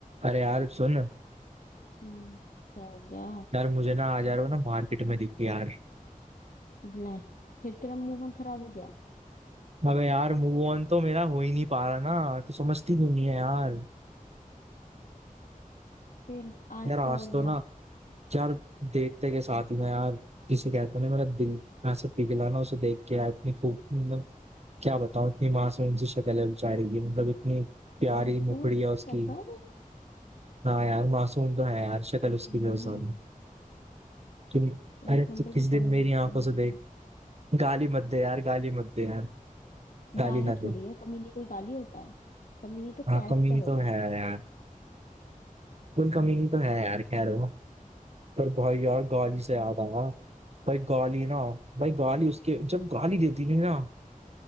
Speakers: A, on the right (about 50°); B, on the left (about 60°).
A: अरे यार सुन
B: हम्म क्या हो गया
A: यार मुझे ना आज यार वो ना मार्केट में दिखी यार
B: ले फिर तेरा मुंह कौन खराब हो गया
A: अबे यार मूव ऑन तो मेरा हो ही नहीं पा रहा ना तो समझती क्यों नहीं है यार
B: फिर आज
A: यार आज
B: क्या हो
A: तो
B: गया
A: ना यार देखते के साथ में यार जिसे कहते हैं ना मेरा दिल ऐसे पिघला ना उसे देख के यार इतनी खूब मतलब क्या बताऊं इतनी मासूम सी शक्ल है बेचारी की मतलब इतनी प्यारी
B: मासूम
A: मुखड़ी है
B: सी
A: उसकी
B: शक्ल
A: हाँ यार मासूम तो है यार शक्ल उसकी
B: बिल्कुल
A: बहुत सारी
B: नहीं है
A: तुम अरे
B: एक नंबर
A: तू किस
B: की
A: दिन
B: कमी
A: मेरी
B: मिलती
A: आंखों
B: है मुझे
A: से देख
B: तो
A: गाली मत दे यार गाली मत दे यार गाली
B: गाली
A: ना
B: थोड़ी
A: दे
B: है कमी नहीं कोई गाली होता है कमी नहीं तो
A: हाँ
B: कैरेक्टर
A: कमी
B: होता
A: तो है
B: है
A: यार उन कमी तो है यार खैर वो पर भाई यार गाली से याद आया भाई गाली ना भाई गाली उसके जब गाली देती थी ना